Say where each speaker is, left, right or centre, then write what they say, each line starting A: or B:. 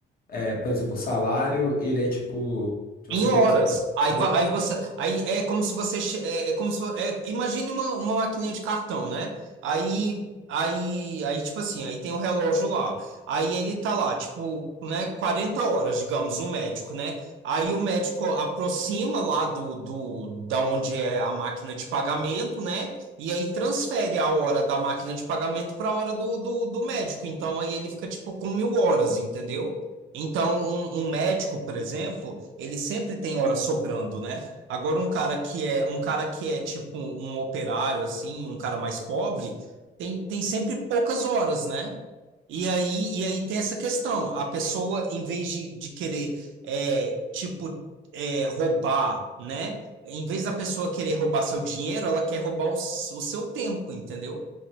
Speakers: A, on the left; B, on the right.
A: eh, por exemplo, o salário, ele é tipo. Se você
B: Em horas.
A: ganha,
B: Aí,
A: se vo-
B: va- aí você, aí é como se você, che- é, é como se, vo- é, imagine uma, uma maquininha de cartão, né? Aí, aí, aí tipo assim, aí tem o relógio lá. Aí ele tá lá, tipo, né, 40 horas, digamos, o médico, né? Aí o médico aproxima lá do, do da onde é a máquina de pagamento, né? E aí transfere a hora da máquina de pagamento para a hora do, do, do médico. Então aí ele fica tipo com mil horas, entendeu? Então, um, um médico, por exemplo, ele sempre tem hora sobrando, né? Agora, um cara que é um cara que é tipo um operário, assim, um cara mais pobre, tem, tem sempre poucas horas, né? E aí, e aí tem essa questão. A pessoa, em vez de, de querer, é, tipo, é, roubar, né? Em vez da pessoa querer roubar seu dinheiro, ela quer roubar o, s- o seu tempo, entendeu?